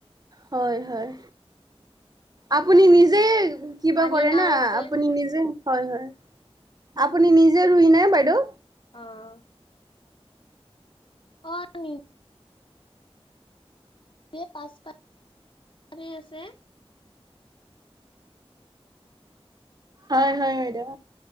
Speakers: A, on the right; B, on the left.
A: হয় হয়। আপুনি নিজে কিবা
B: পানীলাও
A: কৰে না
B: আছে।
A: আপুনি নিজে হয় হয়। আপুনি নিজে ৰুই নে বাইদেউ?
B: অ'। অ' নি হে পাচ পাত বনাই আছে।
A: হয় হয় বাইদেউ।